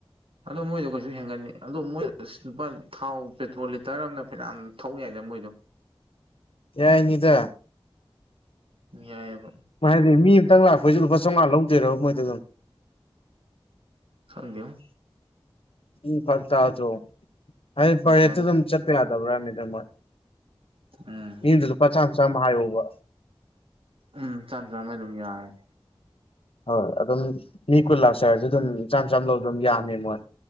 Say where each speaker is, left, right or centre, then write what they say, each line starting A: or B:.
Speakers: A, on the right; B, on the left.
A: ꯑꯗꯣ ꯃꯣꯏꯗꯣ ꯀꯩꯁꯨ ꯍꯦꯟꯒꯠꯅꯤ ꯑꯗꯣ ꯃꯣꯏꯗꯣ ꯂꯨꯄꯥ ꯊꯥꯎ ꯄꯦꯇ꯭ꯔꯣꯜ ꯂꯤꯇꯔ ꯑꯃꯅ ꯐꯅꯌꯥꯝ ꯊꯧ ꯌꯥꯏꯗ ꯃꯣꯏꯗꯣ
B: ꯌꯥꯏꯅꯤꯗ
A: ꯌꯥꯏꯕ
B: ꯃꯥ ꯍꯥꯏꯗꯣ ꯃꯤ ꯑꯃꯇꯪ ꯂꯥꯛꯄꯩꯁꯨ ꯂꯨꯄꯥ ꯆꯧꯉꯥ ꯂꯧꯗꯣꯏꯔꯕ ꯃꯣꯏꯗꫭ ꯑꯗꯨꯝ
A: ꯈꯪꯗꯦꯉꯣ
B: ꯎꯝ ꯐꯔꯛ ꯇꯥꯗ꯭ꯔꯣ ꯍꯥꯏꯗꯤ ꯄꯔꯦꯠꯇꯨ
A: ꯄꯩꯁꯥ
B: ꯑꯗꯨꯝ ꯆꯠꯄ ꯌꯥꯗꯕ꯭ꯔꯥ ꯍꯥꯏꯃꯤꯗꯥ ꯃꯣꯏ
A: ꯎꯝ
B: ꯃꯤ ꯑꯝꯗ ꯂꯨꯄꯥ ꯆꯥꯝ ꯆꯥꯝ ꯍꯥꯏꯌꯣꯕ
A: ꯎꯝ ꯆꯥꯝ ꯆꯥꯝꯃ ꯑꯗꯨꯝ ꯌꯥꯔꯝ
B: ꯍꯣꯏ ꯑꯗꯨꯝ ꯃꯤ ꯀꯨꯟ ꯂꯥꯛꯆꯔꯁꯨ ꯑꯗꯨꯝ ꯆꯥꯝ ꯆꯥꯝ ꯂꯧꯗꯨꯝ ꯌꯥꯝꯃꯦ ꯃꯣꯏ